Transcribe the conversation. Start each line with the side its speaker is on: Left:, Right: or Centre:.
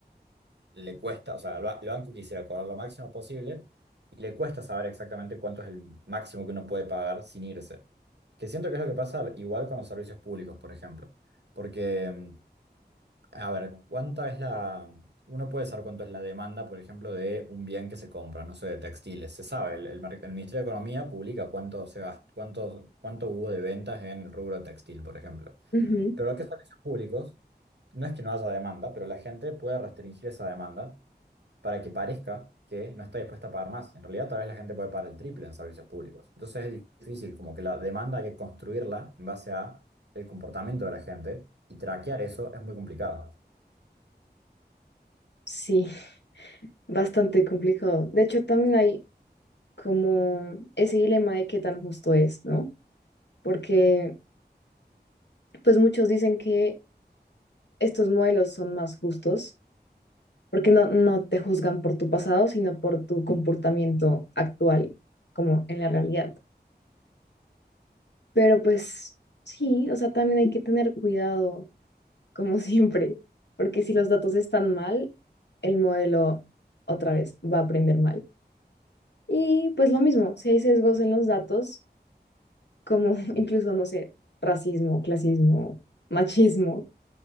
Right: le cuesta, o sea, el, ba- el banco quisiera cobrar lo máximo posible y le cuesta saber exactamente cuánto es el máximo que uno puede pagar sin irse. Que siento que es lo que pasa igual con los servicios públicos, por ejemplo. Porque mm, a ver, ¿cuánta es la... Uno puede saber cuánto es la demanda, por ejemplo, de un bien que se compra, no sé, de textiles. Se sabe, el, el mer- el Ministerio de Economía publica cuánto se gast- cuánto, cuánto hubo de ventas en el rubro textil, por ejemplo.
Left: Ujú,
Right: Pero lo que es servicios públicos, no es que no haya demanda, pero la gente puede restringir esa demanda para que parezca que no está dispuesta a pagar más. En realidad, tal vez la gente puede pagar el triple en servicios públicos. Entonces es difícil, como que la demanda hay que construirla en base a el comportamiento de la gente y traquear eso es muy complicado.
Left: Sí, bastante complicado. De hecho, también hay como ese dilema de qué tan justo es, ¿no? Porque pues muchos dicen que estos modelos son más justos porque no, no te juzgan por tu pasado, sino por tu comportamiento actual, como en la realidad. Pero pues sí, o sea, también hay que tener cuidado, como <laughs> siempre, porque si los datos están mal, el modelo otra vez va a aprender mal. Y pues lo mismo, si hay sesgos en los datos, como <laughs> incluso, no sé, racismo, clasismo, machismo,